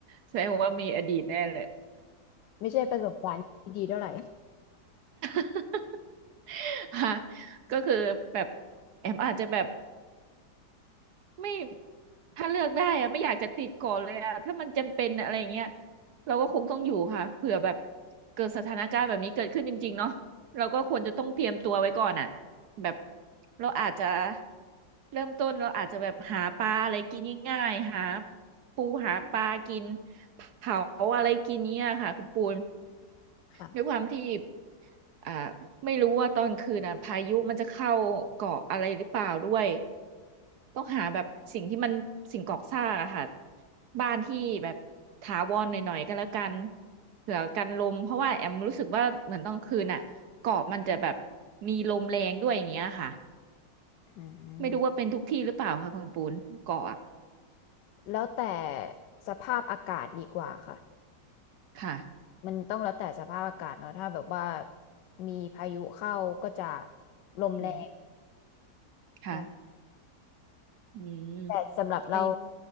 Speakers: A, on the right; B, on the left.
A: แสดงว่ามีอดีตแน่เลย
B: ไม่ใช่ประสบการณ์ที่ดีเท่าไหร่
A: <laughs> <laughs> ฮะก็คือแบบแอมอาจจะแบบไม่ถ้าเลือกได้อะไม่อยากจะติดก่อนเลยอะถ้ามันจำเป็นอะไรอย่างเงี้ยเราก็คงต้องอยู่ค่ะเผื่อแบบเกิดสถานการณ์แบบนี้เกิดขึ้นจริงๆเนาะเราก็ควรจะต้องเตรียมตัวไว้ก่อนอะแบบเราอาจจะเริ่มต้นเราอาจจะแบบหาปลาอะไรกินง่ายๆหาปูหาปลากินเผาอะไรกินเนี้ยค่ะคุณปูน
B: ค่ะ
A: ด้วยความที่อ่าไม่รู้ว่าตอนคืนอ่ะพายุมันจะเข้าเกาะอะไรหรือเปล่าด้วยต้องหาแบบสิ่งที่มันสิ่งก่อสร้างอะค่ะบ้านที่แบบถาวรหน่อยๆก็แล้วกันเผื่อกันลมเพราะว่าแอมรู้สึกว่าเหมือนตอนคืนอ่ะเกาะมันจะแบบมีลมแรงด้วยอย่างเงี้ยค่ะ
B: อื
A: ไม่รู้ว่าเป็นทุกที่หรือเปล่าค่ะคุณปูนเกาะอะ
B: ม แล้วแต่สภาพอากาศดีกว่าค่ะ
A: ค่ะ
B: มันต้องแล้วแต่สภาพอากาศเนาะถ้าแบบว่ามีพายุเข้าก็จะลมแรง
A: อืมค่ะ
B: ใช่
A: อืม
B: แต่สำหรับเรา
A: ก็